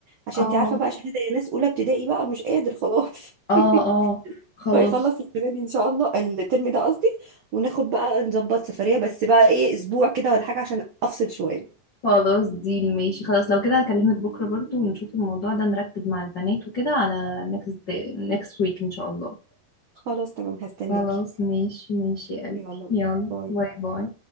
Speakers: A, on the right; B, on the left.
A: عشان
B: اه
A: انت عارفه بقى شهاده يا ناس اولى ابتدائي بقى مش قادر خلاص
B: اه اه
A: <laughs>
B: خلاص
A: فيخلص السنه دي ان شاء الله الترم ده قصدي وناخد بقى نظبط سفريه بس بقى ايه اسبوع كده ولا حاجه عشان افصل شويه
B: خلاص دي ماشي خلاص لو كده هكلمك بكره برضو ونشوف الموضوع ده نرتب مع البنات وكده على next day next week ان شاء الله
A: خلاص تمام هستناكي
B: خلاص ماشي ماشي يا قلبي
A: يلا
B: يلا
A: باي
B: باي باي